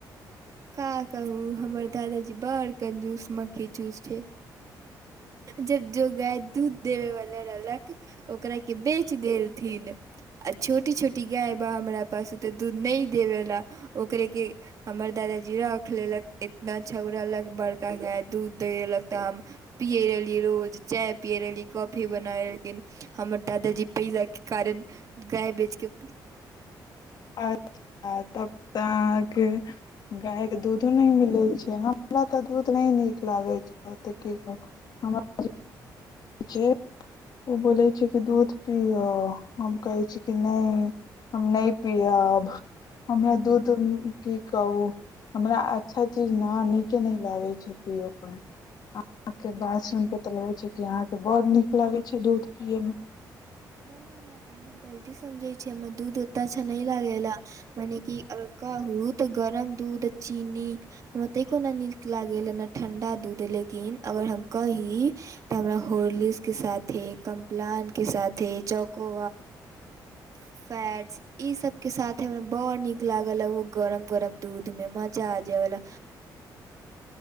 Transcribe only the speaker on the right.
का कहू हमर दादाजी बड़ कंजूस मक्खी चूस छैइ जब जो गाय दूध देबे वाला रहलक ओकरा के बेच देलथिन आ छोटी छोटी गाय बा हमरा पास ओ ते दूध नहि देबे ला ओकरे के हमर दादा जी राख लेलक बछौरा लग बड़ गैय दूध दैइअ लगता हम पियै रहली रोज चाय पियै रहली कॉफी बनाय रहलखिन हमर दादाजी पैसाके कारण गाय बेच कऽ
ई
नहि नहि नहि अहाँ गलती समझै छीयै हमरा दूध ओते अच्छा नहि लागैए <unintelligible> मने कि अगर काहू गरम दूध चीनी तनको न निक लागैय ने ठंडा दूध लेकिन अगर हम कहि हमरा हॉर्लिस के साथ हे कम्प्लान के साथ तेचकू फैटस ई सब के साथे में बड़ निक लागल ह उ गरम गरम दूध में मजा जेवला